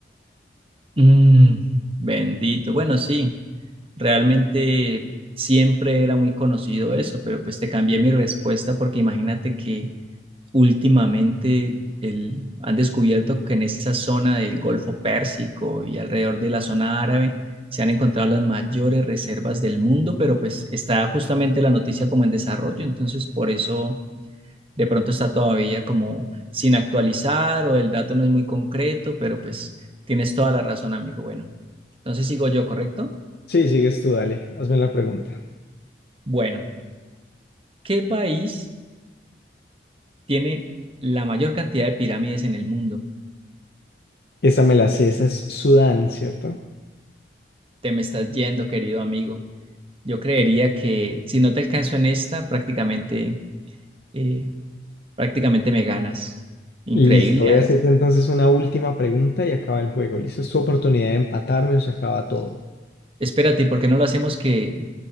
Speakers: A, on the right; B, on the left.
A: Mm, bendito. Bueno, sí, realmente siempre era muy conocido eso, pero pues te cambié mi respuesta porque imagínate que últimamente el- han descubierto que en esa zona del Golfo Pérsico y alrededor de la zona árabe se han encontrado las mayores reservas del mundo, pero pues está justamente la noticia como en desarrollo, entonces por eso de pronto está todavía como sin actualizar o el dato no es muy concreto, pero pues tienes toda la razón, amigo. Bueno, entonces sigo yo, ¿correcto?
B: Sí, sigues tú, dale, hazme la pregunta.
A: Bueno, ¿qué país tiene la mayor cantidad de pirámides en el mundo?
B: Esa me la sé, esa es Sudán, ¿cierto?
A: Te me estás yendo, querido amigo. Yo creería que si no te alcanzo en esta, prácticamente, eh, prácticamente me ganas. Increíble.
B: Listo, voy
A: ah,
B: a hacerte entonces una última pregunta y acaba el juego. Listo, es tu oportunidad de empatarme o se acaba todo.
A: Espérate, ¿y ¿por qué no lo hacemos que,